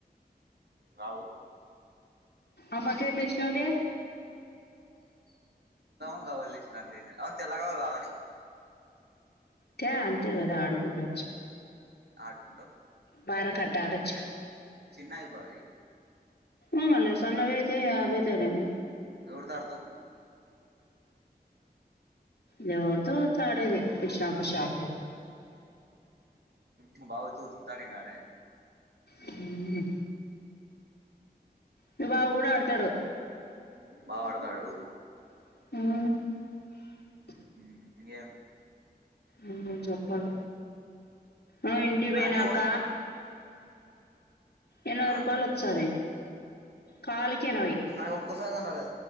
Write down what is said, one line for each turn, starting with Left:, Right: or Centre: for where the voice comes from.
Right: రావు
Left: అమ్మ కేం రెస్ట్అంటే
Right: కవర్ లిస్తాండే ఆ తెలంగావారు కావాల నీకు
Left: క అంతే కదా ఆడుకుంట వచ్చు
Right: ఆడుకుంటావు
Left: బారా కటా అడాచ్
Right: చిన్నవి బావ అవి
Left: ఉ మళ సన్న ఐతే అదే తినను
Right: ఎవరితో ఆడతావు
Left: లేవడుతో తాడేది షాపుషపూ
Right: మ్ భావొతు ఉతుకుతాడు ఇగ అడై
Left: ఉమ్ మీ బావ గూడ ఆడుతడు
Right: బాగా ఆడతాడు
Left: మ్
Right: మ్ ఇంకేం
Left: మ్ నువ్ జేప్పాల అ ఇంటి పోయినాక
Right: నాకేం
Left: ఎనభై
Right: ఆహ్
Left: రూపాయలు వస్తది కాలుకి ఎనభై
Right: ఇప్పు నా ఒ ఒక్కసారి గన్నాడే